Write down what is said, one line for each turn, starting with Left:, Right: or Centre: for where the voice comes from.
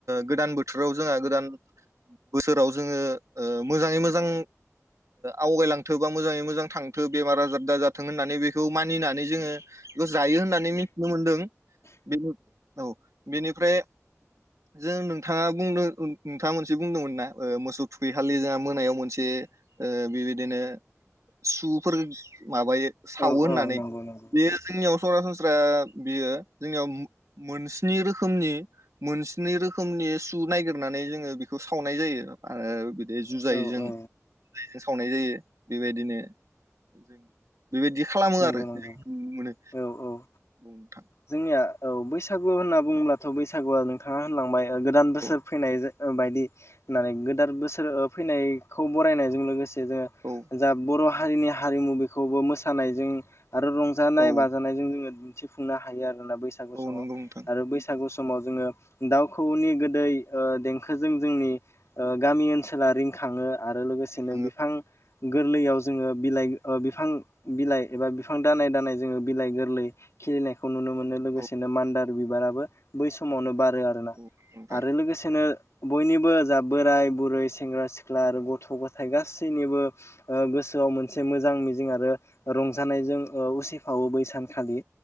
Right: गोदान बोथोर आव जोंहा गोदान बोसोराव जोङो ओ‌ मोजाङै मोजां आवगायलांथों बा मोजाङै मोजां थांथों बेमार आजार दाजाथों होननानै बेखौ मानिनानै जोङो बेखौ जायो होननानै मिथिनो मोनदों। बे औ बेनिफ्राय जों नोंथाङा बुंदों नोंथाङा मोनसे बुंदोंमोन ना मोसौ थुखैखालि जोंहा मोनायाव मोनसे ओ बेबायदिनो सुफोर माबायो। सावो
Left: औ
Right: होननानै
Left: औ नंगौ नंगौ
Right: बेयो जोंनियाव सरासन स्रा बेयो जोंनियाव मोनस्नि रोखोमनि मोनस्नि रोखोमनि सु नायागिरनानै जोङो बेखौ सावनाय जायो आरो। बे जुजायजों
Left: औ औ
Right: जुजायजों सावनाय जायो। बेबायदिनो जों बेबायदि खालामो
Left: नंगौ
Right: आरो
Left: नंगौ
Right: जों मोनो
Left: औ औ
Right: बुंथां
Left: जोंनिया औ बैसागु होनना बुङ्लाथ बैसागुआ नोंथाङा होनलांबाय गोदान बोसोर
Right: औ
Left: फैनाय बायदि होननानै गोदान बोसोर फैनायखौ बरायनायजों लोगोसे ज
Right: औ
Left: जा बर हारिनि हारिमु बेखौबो मोसानायजों आरो रंजानाय
Right: औ
Left: बाजानायजों जोङो दिन्थिफुंनो हायो आरो ना बैसागु
Right: औ
Left: समाव
Right: नंगौ नोंथां
Left: आरो बैसागु सम समाव जोङो दाउखौनि गोदै देंखोजों जोंनि गामि ओनसोला रिंखाङो। आरो लोगोसेनो
Right: आङो
Left: बिफां गोरलैयाव जोङो बिलाइ बिफां बिलाइ एबा बिफां दानाय दानाय जोङो बिलाइ गोरलै खिलिनायखौ नुनो मोनो लोगोसेनो
Right: औ
Left: मान्दार बिबाराबो बै समावनो बारो आरोना
Right: औ नोंथां
Left: आरो लोगोसेनो बयनिबो जा बोराय बुरै सेंग्रा सिख्ला आरो गथ गथाय गासैनिबो गोसो मोनसे मोजां मिजिं आरो रंजानायजों उसिफावो बै सानखालि